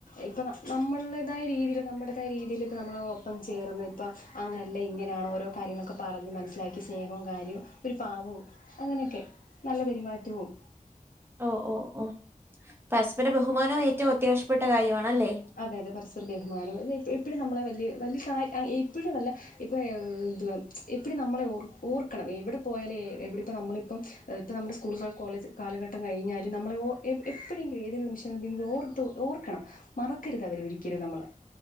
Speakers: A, on the left (about 85°); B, on the right (about 15°).
A: ഇപ്പൊ നമ്മുൽടേതായ രീതിയിൽ നമ്മുടതായ രീതിയിൽ ഇപ്പ നമ്മള് ഒപ്പം ചേർന്ന് ഇപ്പം അങ്ങനെയെല്ല ഇങ്ങനെയാണ് ഓരോ കാര്യങ്ങളൊക്കെ പറഞ്ഞ് മനസ്സിലാക്കി സ്നേഹവും കാര്യവും ഒരു പാവവും അങ്ങനെയൊക്കെ നല്ല പെരുമാറ്റവും
B: ഓഹ് ഓഹ് ഓഹ് പരസ്പര ബഹുമാനവും ഏറ്റവും അത്യാവശ്യപ്പെട്ട കാര്യമാണല്ലേ
A: അതെയതെ പരസ്പര തീരുമാനം അതെ എപ്പോഴും നമ്മളെ വലിയ വലിയ കാ എപ്പോഴും അല്ല ഇപ്പൊ എന്തുവാ എപ്പടി നമ്മളെർ ഓർക്കണം എവിടെ പോയാലേ എവിടിപ്പ നമ്മളിപ്പം ഇപ്പോൾ നമ്മുടെ സ്കൂളുകൾ കോളേജ് കാലഘട്ട കഴിഞ്ഞാലും നമ്മൾ ഓ ഏഹ് എപ്പോഴെങ്കിലും ഏതെങ്കിലും നിമിഷം എന്തെങ്കില ഓർത്ത് ഓർക്കണം മറക്കരുത് അവര് ഒരിക്കലും നമ്മളെ